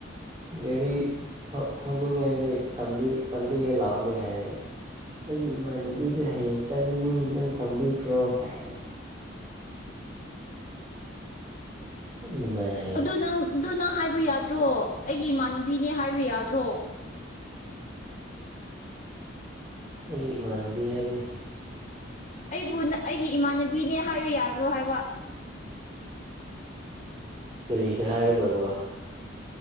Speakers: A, on the right (about 25°); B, on the left (about 40°).
A: ꯒꯥꯔꯤ ꯊꯧ ꯊꯧꯅꯤꯡꯉꯦ ꯍꯥꯏꯗꯤ ꯇꯝꯕꯤ ꯇꯝꯕꯤꯒꯦ ꯂꯥꯎꯅꯦ ꯍꯥꯏꯔꯦꯅꯦ ꯑꯩꯒꯤ ꯏꯃꯥꯟꯅꯕꯤꯗ ꯍꯌꯦꯡ ꯆꯠꯂꯅꯤ ꯅꯪ ꯇꯝꯕꯤꯈ꯭ꯔꯣ ꯀꯥꯏꯅ ꯑꯗꯨꯃꯥꯏꯅ ꯍꯥꯏꯅꯤ
B: ꯑꯗꯨ ꯅꯪ ꯗꯨ ꯅꯪ ꯍꯥꯏꯕ ꯌꯥꯗ꯭ꯔꯣ ꯑꯩꯒꯤ ꯏꯃꯥꯟꯅꯕꯤꯅꯤ ꯍꯥꯏꯕ ꯌꯥꯗ꯭ꯔꯣ
A: ꯑꯩꯒꯤ ꯏꯃꯥꯟꯅꯕꯤ ꯍꯥꯏꯗꯤ
B: ꯑꯩꯕꯨ ꯅꯪ ꯑꯩꯒꯤ ꯏꯃꯥꯟꯅꯕꯤꯅꯦ ꯍꯥꯏꯕ ꯌꯥꯗ꯭ꯔꯣ ꯍꯥꯏꯕ
A: ꯀꯔꯤꯒꯤ ꯍꯥꯏꯒꯗꯧꯕ